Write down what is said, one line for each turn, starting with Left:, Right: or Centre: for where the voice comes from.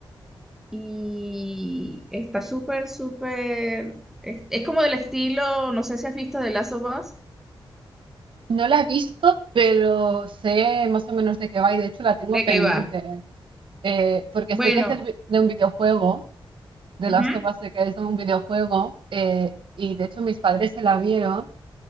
Centre: y está súper, súper, es, es como del estilo, no sé si has visto de Last of Us,
Right: No la he visto, pero sé más o menos de qué va y de hecho la tengo
Centre: ¿de
Right: pendiente.
Centre: qué va?
Right: eh, porque
Centre: Bueno,
Right: sé que es del vi- de un videojuego The
Centre: ujú.
Right: Last of Us que es un videojuego eh, y de hecho mis padres se la vieron